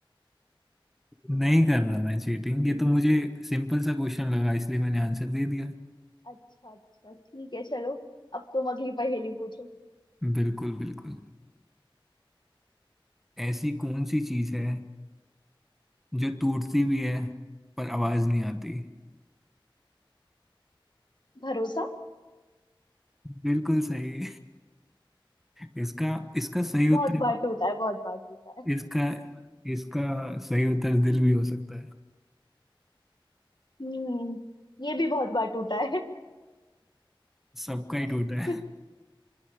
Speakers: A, in the centre; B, on the left (about 55°).
A: नहीं कर रहा मैं चीटिंग ये तो मुझे सिंपल सा क्वेश्चन लगा इसलिए मैंने आंसर दे दिया
B: अच्छा अच्छा ठीक है चलो अब तुम अगली पहेली पूछो
A: बिल्कुल बिल्कुल ऐसी कौन सी चीज है जो टूटती भी है पर आवाज नहीं आती
B: भरोसा
A: बिल्कुल सही इसका इसका सही उत्तर
B: बहुत बार टूटा है बहुत बार टूटा है
A: इसका इसका सही उत्तर दिल भी हो सकता है
B: हम्म ये भी बहुत बार टूटा है
A: सबका ही टूटा
B: <laughs>
A: है